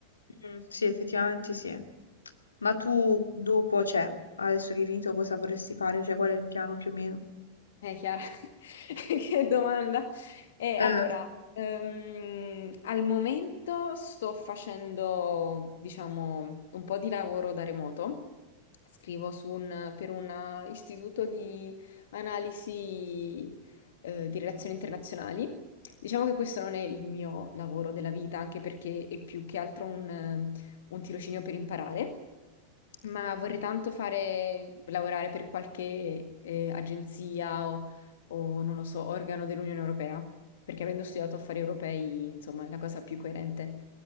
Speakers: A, on the left (about 75°); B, on the left (about 60°).
A: Mm, sì, effettivamente sì. Ma tu dopo, cioè, adesso che hai finito, cosa vorresti fare? Cioè, qual è il piano più o meno?
B: Eh, Chiara, <laughs> che domanda. Eh,
A: Eh,
B: allora, ehm, al momento sto facendo, diciamo, un po' di lavoro da remoto. Scrivo su un- per un istituto di analisi, eh, di relazioni internazionali. Diciamo che questo non è il mio lavoro della vita, anche perché è più che altro un tirocinio per imparare, ma vorrei tanto fare, lavorare per qualche eh, agenzia o, o, non lo so, organo dell'Unione Europea, perché avendo studiato affari europei, insomma, è la cosa più coerente.